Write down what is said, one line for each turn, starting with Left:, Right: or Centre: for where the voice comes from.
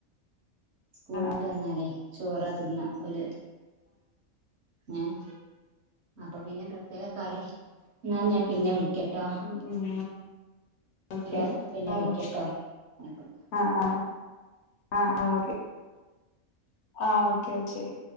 Right: സ്കൂളിട്ട്
Left: ആഹ്
Right: വന്നാലേ ചോറ തിന്ന ഓല് ഏഹ് അപ്പൊ പിന്നെ പ്രത്യേക കറി ഞാൻ ഞാൻ പിന്നെ വിളിക്കട്ടോ
Left: ഉം ഉം ഓക്കെ
Right: ഹലോ
Left: ഒക്കെ
Right: പിന്നെ
Left: ആഹ്
Right: വിളിക്കട്ടോ ആയിക്കോട്ടെ
Left: ആഹ് ആഹ് ഓക്കെ ആഹ് ഓക്കെ ശരി